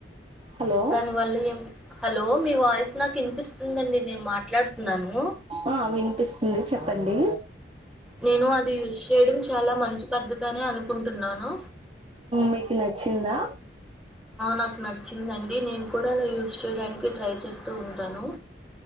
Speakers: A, on the right; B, in the centre.
A: హలో
B: దాని వల్ల ఏం హలో మీ వాయిస్ నాకు వినిపిస్తుందండి నేను మాట్లాడుతున్నాను
A: ఆ వి ఉంది చెప్పండి
B: నేను అది యూస్ చేయడం చాలా మంచి పద్ధతి అని అనుకుంటున్నాను
A: మీకు నచ్చిందా
B: నాకు నచ్చిందండి నేను కూడా అలా యూస్ చేయడానికి ట్రై చేస్తూ ఉంటాను